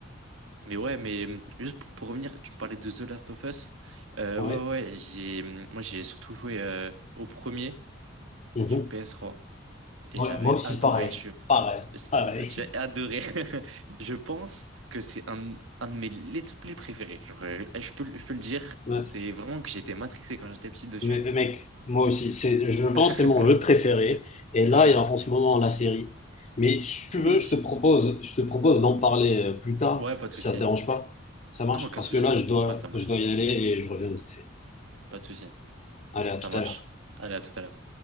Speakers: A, on the right (about 75°); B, on the left (about 35°).
A: mais ouais, mais hum, juste pour, pour revenir, tu me parlais de The Last of Us. Euh,
B: Ouais.
A: ouais, ouais, j'ai, hum, moi j'ai surtout joué euh, au premier
B: Mhm.
A: sur PS3 et
B: Ouais,
A: j'avais
B: Moi aussi,
A: adoré.
B: pareil.
A: je-
B: Pareil.
A: c'est-
B: Pareil.
A: J'ai adoré. <laughs> Je pense que c'est un, un de mes let's play préférés. Genre, euh, je peux, le- je peux le dire,
B: Ouais.
A: c'est vraiment que j'étais matrixé quand j'étais petit dessus.
B: Mais mais mec, moi aussi, c'est, je pense
A: <laughs>
B: que c'est mon jeu préféré. Et là,
A: Et ouais.
B: il y a en ce moment la série. Mais si tu veux,
A: Oui,
B: je te propose, je te propose d'en parler euh, plus tard,
A: ouais, pas de
B: si
A: souci.
B: ça te dérange pas. Ça marche?
A: Non, aucun
B: Parce
A: souci.
B: que là, je dois,
A: Ouais, ça marche.
B: je dois y aller et je reviens vite fait.
A: Pas de souci.
B: Allez, à
A: Ça
B: tout
A: marche.
B: à l'heure.
A: Allez, à tout à l'heure.